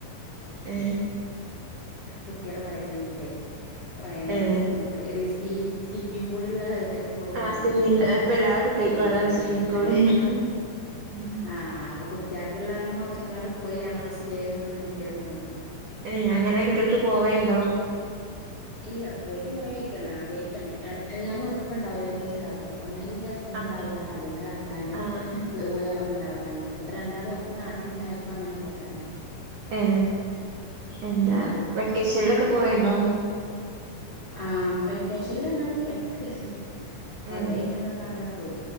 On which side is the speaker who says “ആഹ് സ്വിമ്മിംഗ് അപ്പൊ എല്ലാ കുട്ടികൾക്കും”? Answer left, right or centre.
Right